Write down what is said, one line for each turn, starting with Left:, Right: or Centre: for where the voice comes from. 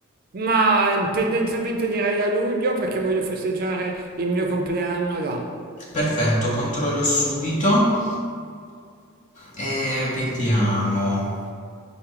Right: Ma tendenzialmente direi a luglio perché voglio festeggiare il mio compleanno là,
Left: Perfetto, controllo subito e vediamo.